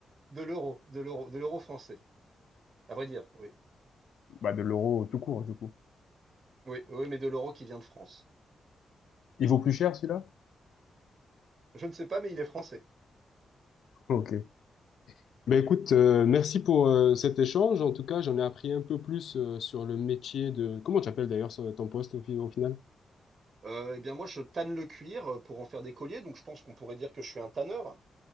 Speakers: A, on the right; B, on the left.
A: de l'euro, de l'euro, de l'euro français, à vrai dire, oui.
B: Bah, de l'euro tout court, du coup.
A: Oui, oui, mais de l'euro qui vient de France.
B: Il vaut plus cher, celui-là?
A: Je ne sais pas, mais il est français.
B: Ok. Ben écoute, euh, merci pour euh, cet échange. En tout cas, j'en ai appris un peu plus euh, sur le métier de... Comment tu appelles d'ailleurs son- ton poste au, fi- au final?
A: Heu, et bien moi, je tanne le cuir, heu, pour en faire des colliers, donc je pense qu'on pourrait dire que je suis un tanneur.